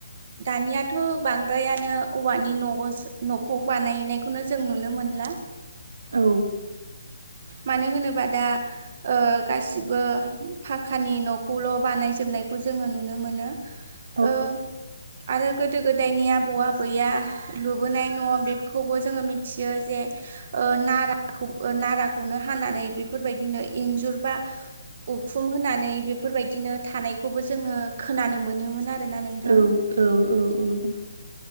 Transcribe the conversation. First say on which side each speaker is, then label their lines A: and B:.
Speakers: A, on the right; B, on the right.
A: दानियाथ' बांद्रायानो औवानि न'बो न'खौ बानायनाय। खौनो जों नुनो मोनला।
B: औ।
A: मानो होनोबा दा ओ गासिबो फाखानि न'खौल' बानायजोबनायखौ जोङो नुनो मोनो।
B: <inaudible>
A: ओ आरो गोदो गोदायनि आबौ आबैया लुबोनाय न' बेखौबो जोङो मिथियो जे ओ नाराखौ नाराखौनो हानानै बेफोरबायदिनो इन्जुर बा उखुम होनानै बेफोरबायदिनो थानायखौबो जोङो खोनानो मोनोमोन आ रोना नोंथां
B: औ औ औ